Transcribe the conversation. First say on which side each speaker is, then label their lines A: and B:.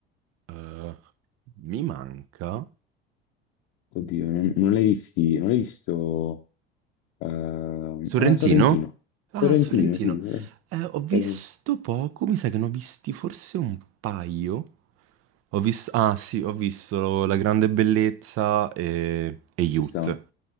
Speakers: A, on the right (about 50°); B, on the left (about 55°).
A: Eh, mi manca...
B: Oddio, non, non l'hai visti, non l'hai visto ehm,
A: Sorrentino?
B: ah, Sorrentino.
A: Ah,
B: Sorrentino,
A: Sorrentino.
B: sì, eh,
A: Eh, ho visto
B: eh,
A: poco, mi sa che ne ho visti forse un paio. Ho visto... Ah, sì, ho visto La Grande Bellezza e... e Youth.
B: ci stavo.